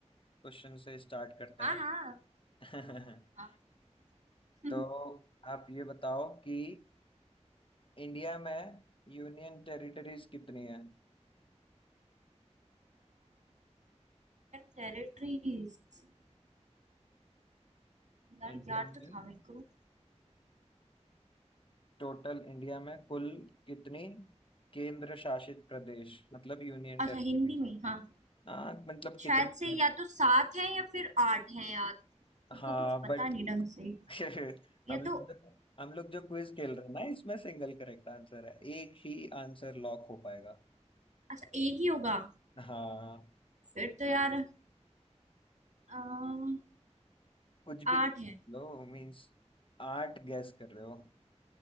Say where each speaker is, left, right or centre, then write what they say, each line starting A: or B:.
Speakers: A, on the left; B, on the right.
A: क्वेश्चन से स्टार्ट करते
B: हाँ हाँ
A: हैं
B: हाँ
A: <laughs>
B: <laughs> यूनियन
A: तो आप ये बताओ कि इंडिया में यूनियन टेरिटरीज कितनी है
B: टेरिटरीज यार
A: इंडिया
B: याद
A: में
B: तो था मेरे को
A: टोटल इंडिया में कुल कितनी केंद्र शासित प्रदेश मतलब यूनियन
B: अच्छा
A: टेरिटरीज
B: हिंदी में हाँ
A: हाँ मतलब
B: शायद
A: कितनी
B: से या
A: है
B: तो सात है या फिर आठ है यार मेरे
A: हाँ
B: को कुछ पता
A: बट
B: नहीं ढंग से
A: <laughs>
B: या
A: हम लोग
B: तो
A: जो हम लोग जो क्विज खेल रहे हैं ना इसमें सिंगल करेक्ट आंसर है एक ही आंसर लॉक हो पाएगा
B: अच्छा एक ही होगा
A: हाँ
B: फिर तो यार अ,
A: कुछ भी
B: आठ है
A: लो मींस आठ गैस कर रहे हो